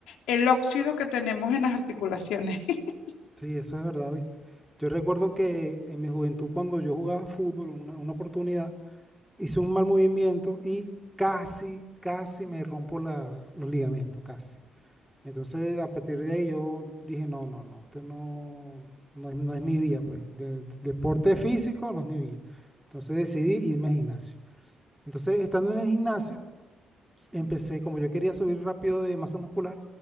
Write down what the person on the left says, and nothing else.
el óxido que tenemos en las articulaciones. <laughs>